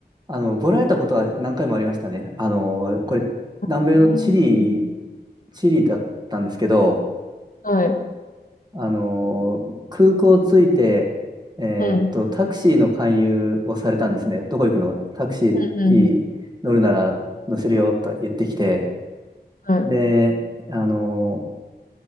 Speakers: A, on the right; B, on the left.
A: あの、ボラれたことは何回もありましたね。あの、これ、南米のチリ、
B: うんね。うん
A: チリだったんですけど、
B: うんはい。
A: あのー空港着いて、えーっと、
B: うん。
A: タクシーの勧誘をされたんですね。どこ行くのタクシー乗るなら乗せるよと言ってきて。
B: うん、うん、うん、うん。はい。
A: で、あのー